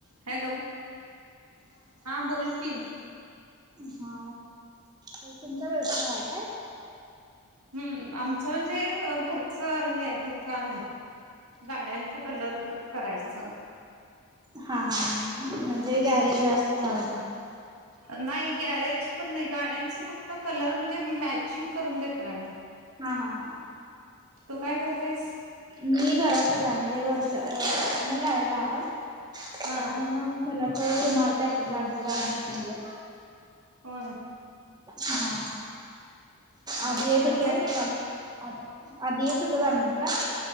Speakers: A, on the right (about 75°); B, on the right (about 20°).
A: हॅलो,, हा बोल कि.
B: हा, तुमचा व्यवसाय आहे काय?
A: हम्म,, आमचं म्हणजे हेचऽ हेच हेय दुकान आहे,, गाड्यांचा कलर करायचंऽ
B: हा, हा, म्हणजे
A: हम्म
B: गॅरेज वास्त झावऽ
A: नाही गॅरेज पण नाही गाड्यांच फक्त कलर म्हणजे, मॅचिंग करून देतऽ त्यामहीऽ
B: हा, हा, हा
A: तू काय करतायस?
B: मी घरातच आहे म्हणजे वर्षऽ. मुलं आहे लहान,,
A: हा
B: त्यामुळे मग घरातच रुमाल पॅकिंग ला आणतोय गारमेंट मधलं.
A: होय,
B: हा,,
A: मग
B: आधी येत
A: आणि
B: होतोऽ.
A: काय
B: आ आधी येत होतो,, गारमेंट ला